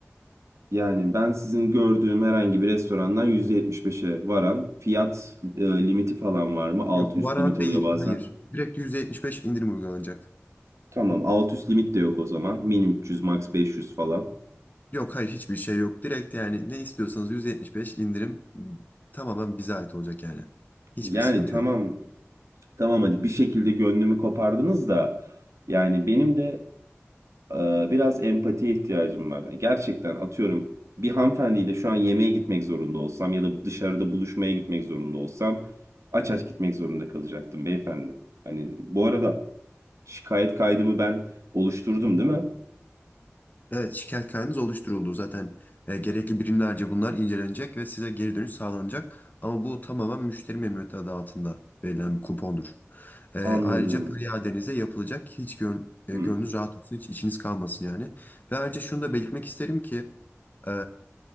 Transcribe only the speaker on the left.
Yok
varan
değil,
hayır. Direkt %75 indirim uygulanacak.
Yok hayır hiçbir şey yok. Direkt yani ne istiyorsanız %75 indirim tamamen bize ait olacak yani. Hiçbir
sıkıntı
yok.
Evet, şikayet kaydınız oluşturuldu. Zaten e, gerekli birimlerce bunlar incelenecek ve size geri dönüş sağlanacak. Ama bu tamamen müşteri memnuniyeti adı altında verilen bir kupondur. E,
ayrıca para iadenize yapılacak. Hiç gön- e,
gönlünüz rahat olsun, hiç içiniz kalmasın yani. Ve ayrıca şunu da belirtmek isterim ki e,